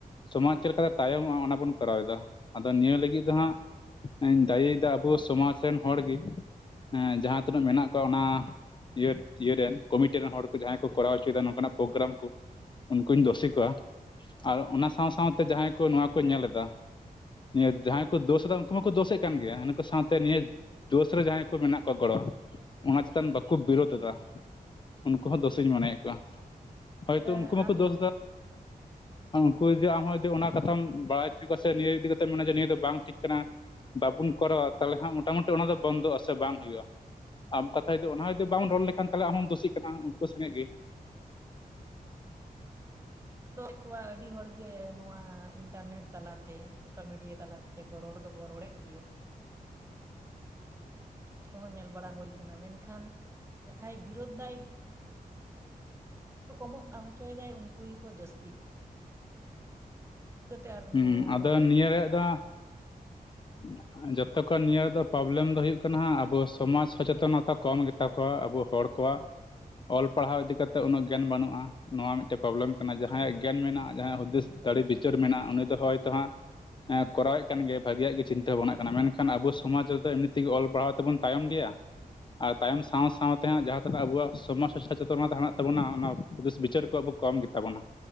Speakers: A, on the left; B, on the right.
A: ᱥᱚᱢᱟᱡᱽ ᱪᱮᱫ ᱞᱮᱠᱟᱛᱮ ᱛᱟᱭᱚᱢᱚᱜᱼᱟ? ᱚᱱᱟ ᱵᱳᱱ ᱠᱚᱨᱟᱣᱮᱫᱟ᱾ ᱟᱫᱚ ᱱᱤᱭᱟᱹ ᱞᱟᱹᱜᱤᱫ
B: ᱦᱳᱭ
A: ᱫᱚ ᱦᱟᱸᱜ ᱮᱧ ᱫᱟᱹᱭᱤᱭᱫᱟ ᱟᱵᱳ ᱥᱚᱢᱟᱡᱽ ᱨᱮᱱ ᱦᱚᱲ ᱜᱤ ᱮᱸ ᱡᱟᱦᱟᱸ ᱛᱤᱱᱟᱹᱜ ᱢᱮᱱᱟᱜ ᱠᱚᱣᱟ ᱚᱱᱟ ᱤᱭᱟᱹ ᱤᱭᱟᱹᱨᱮᱱ ᱠᱚᱢᱤᱴᱤᱨᱮᱱ ᱦᱚᱲᱠᱚ ᱡᱟᱦᱟᱸᱭ ᱠᱚ ᱠᱚᱨᱟᱣ ᱦᱚᱪᱚᱭᱮᱫᱟ ᱱᱚᱝᱠᱟᱱᱟᱜ ᱯᱨᱳᱜᱽᱨᱟᱢ ᱠᱚ ᱩᱱᱠᱩᱧ
B: ᱦᱩᱸ
A: ᱫᱚᱥᱮ ᱠᱚᱭᱟ ᱟᱨ ᱚᱱᱟ
B: ᱦᱳᱭ
A: ᱥᱟᱶ ᱥᱟᱶᱛᱮ ᱡᱟᱦᱟᱸᱭ ᱠᱚ ᱱᱚᱣᱟ ᱠᱚ ᱧᱮᱞᱮᱫᱟ᱾ ᱱᱤᱭᱟᱹ ᱡᱟᱦᱟᱸᱭ ᱠᱚ ᱫᱳᱥᱮᱫᱟ ᱩᱝᱠᱩ ᱢᱟᱠᱚ ᱫᱳᱥᱮᱜ ᱠᱟᱱ ᱜᱮᱭᱟ ᱱᱳᱠᱳ ᱥᱟᱶᱛᱮ ᱱᱤᱭᱟᱹ ᱫᱳᱥ ᱨᱮ ᱡᱟᱦᱟᱸᱭ ᱠᱚ ᱢᱮᱱᱟᱜ ᱠᱚᱣᱟ ᱜᱚᱲᱚ ᱚᱱᱟ
B: ᱦᱩᱸ
A: ᱪᱮᱛᱟᱱ ᱵᱟᱠᱚ ᱵᱤᱨᱳᱫᱷᱫᱟ
B: ᱦᱳᱭ
A: ᱩᱱᱠᱩ ᱦᱚᱸ ᱫᱳᱥᱤᱧ ᱢᱚᱱᱮᱭᱮᱫ ᱠᱚᱣᱟ᱾ ᱦᱳᱭᱛᱳ
B: ᱦᱮᱸ
A: ᱩᱱᱠᱩ ᱢᱟᱠᱚ
B: ᱟᱨ
A: ᱫᱳᱥ ᱩᱱᱠᱩ ᱡᱩᱫᱤ ᱟᱢᱦᱚᱸ ᱡᱩᱫᱤ ᱚᱱᱟ ᱠᱟᱛᱷᱟᱢ ᱵᱟᱲᱟᱭ ᱦᱚᱪᱚ ᱠᱚᱣᱟ ᱥᱮ ᱱᱤᱭᱟᱹ ᱤᱫᱤ ᱠᱟᱛᱮ ᱢᱟᱱᱮ ᱱᱤᱭᱟᱹ ᱫᱚ ᱵᱟᱝ ᱴᱷᱤᱠ ᱠᱟᱱᱟ᱾ ᱵᱟᱵᱳᱱ ᱠᱚᱨᱟᱣᱟ ᱛᱟᱦᱚᱞᱮ ᱦᱟᱸᱜ ᱢᱚᱴᱟᱢᱩᱴᱤ ᱚᱱᱟ ᱫᱚ ᱵᱚᱱᱫᱚᱜᱼᱟᱥᱮ ᱵᱟᱝ ᱦᱩᱭᱩᱜᱼᱟ ᱟᱵ <unintelligible>
B: ᱦᱩᱸ
A: ᱚᱱᱟ ᱡᱩᱫᱤ ᱵᱟᱢ ᱨᱚᱲ ᱞᱮᱠᱷᱟᱱ ᱛᱟᱦᱚᱞᱮ ᱟᱦᱚᱸᱢ ᱫᱳᱥᱤᱜ ᱠᱟᱱᱟ ᱩᱱᱠᱩ ᱥᱚᱝᱜᱮ ᱜᱮ᱾
B: ᱟᱫᱚ ᱮᱱᱠᱚᱣᱟ ᱟᱹᱰᱤ ᱦᱚᱲ ᱜᱮ ᱱᱚᱣᱟ ᱤᱱᱴᱟᱨᱱᱮᱴ ᱛᱟᱞᱟᱛᱮ ᱥᱳᱥᱟᱞ ᱢᱤᱰᱤᱭᱟ ᱛᱟᱞᱟ ᱛᱮᱠᱚ ᱨᱚᱲ ᱫᱚᱠᱚ ᱨᱚᱲᱮᱫ ᱜᱮᱭᱟ᱾ ᱩᱱᱠᱩ ᱦᱚᱸ ᱧᱮᱞ ᱵᱟᱲᱟ ᱦᱩᱭ ᱠᱟᱱᱟ ᱢᱮᱱᱠᱷᱟᱱ ᱡᱟᱦᱟᱸᱭ ᱵᱤᱨᱳᱫ ᱫᱟᱭ ᱩᱱᱠᱩ ᱠᱚᱢᱚᱜ ᱦᱚᱪᱚᱭᱮᱫᱟᱭ ᱩᱝᱠᱩ ᱜᱮᱠᱚ ᱡᱟᱹᱥᱛᱤᱜ ᱠᱟᱱᱟ ᱟᱨᱚ ᱪᱤᱠᱟᱹᱛᱮ ᱪᱤᱠᱟᱹᱛᱮ ᱟᱨ
A: ᱦᱩᱸ
B: ᱱᱚᱭᱟ
A: ᱟᱫᱚ
B: ᱫᱚ
A: ᱱᱤᱭᱟᱹ ᱨᱮᱭᱟᱜ ᱫᱚ ᱦᱟᱸᱜ <inaudible> ᱡᱚᱛᱚ ᱠᱷᱚᱱ ᱱᱤᱭᱟᱹ ᱫᱚ ᱯᱨᱚᱵᱽᱞᱮᱢ ᱫᱚ ᱦᱩᱭᱩᱜ ᱠᱟᱱᱟ ᱦᱟᱸᱜ ᱟᱵᱚ ᱥᱚᱢᱟᱡᱽ ᱥᱚᱪᱮᱛᱚᱱᱚᱛᱟ ᱠᱚᱢ ᱜᱮ ᱛᱟᱠᱚᱣᱟ ᱟᱵᱚ ᱦᱚᱲ ᱠᱚᱣᱟᱜ ᱚᱞ ᱯᱟᱲᱦᱟᱣ ᱤᱫᱤ ᱠᱟᱛᱮᱜ ᱩᱱᱟᱹᱜ ᱜᱮᱭᱟᱱ ᱵᱟᱹᱱᱩᱜᱼᱟ᱾ ᱱᱚᱣᱟ ᱢᱤᱜᱴᱮᱜ ᱯᱨᱚᱵᱽᱞᱮᱢ ᱠᱟᱱᱟ ᱡᱟᱦᱟᱸᱭᱟᱜ ᱜᱮᱭᱟᱱ ᱢᱮᱱᱟᱜᱼᱟ ᱡᱟᱦᱟᱸᱭᱟᱜ ᱦᱩᱫᱤᱥ ᱫᱟᱲᱮ ᱵᱤᱪᱟᱹᱨ ᱢᱮᱱᱟᱜᱼᱟ ᱩᱱᱤ ᱫᱚ ᱦᱚᱭᱛᱳ ᱦᱟᱸᱜ ᱦᱮᱸ ᱠᱚᱨᱟᱣᱮᱜ ᱠᱟᱱ ᱜᱮᱭᱟᱭ ᱵᱷᱟᱹᱜᱤᱭᱟᱜ ᱜᱮ ᱪᱤᱱᱛᱟᱹ ᱵᱷᱟᱵᱽᱱᱟᱜ ᱠᱟᱱᱟ ᱢᱮᱱᱠᱷᱟᱱ ᱟᱵᱚ ᱥᱚᱢᱟᱡᱽ ᱨᱮᱫᱚ ᱮᱢᱱᱤ ᱛᱮᱜᱮ ᱚᱞ ᱯᱟᱲᱦᱟᱣ ᱛᱮᱵᱚᱱ ᱛᱟᱭᱚᱢ ᱜᱮᱭᱟ᱾ ᱟᱨ ᱛᱟᱭᱚᱢ ᱥᱟᱶ ᱥᱟᱶᱛᱮ ᱦᱟᱸᱜ ᱡᱟᱦᱟᱸ ᱛᱤᱱᱟᱹᱜ ᱟᱵᱩᱣᱟᱜ ᱥᱚᱢᱟᱡᱽ ᱥᱚᱪᱮᱛᱚ ᱱᱚᱛᱟ ᱦᱚ ᱢᱮᱱᱟᱜ ᱛᱟᱵᱚᱱᱟ ᱚᱱᱟᱩᱫᱤᱥ ᱵᱤᱪᱟᱹᱨ ᱠᱚ ᱟᱵᱚ ᱠᱚᱢ ᱛᱟᱵᱚᱱᱟ